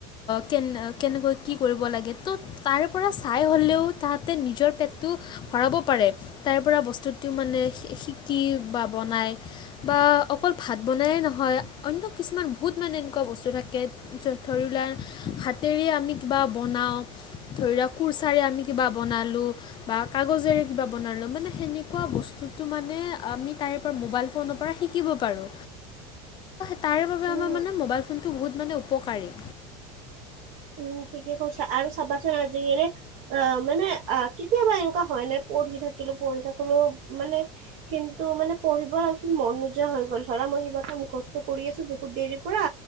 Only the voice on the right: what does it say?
উম
উম ঠিকে কৈছা আৰু চাবাচোন আজিকালি অ মানে অ কেতিয়াবা এনেকুৱা হয় নে পঢ়ি থাকিলো পঢ়ি থাকিলো মানে কিন্তু মানে পঢ়িব পিছত মন নোযোৱা হৈ গ'ল। ধৰা মই কিবা এটা মুখস্থ কৰি আছো বহুত দেৰিৰ পৰা।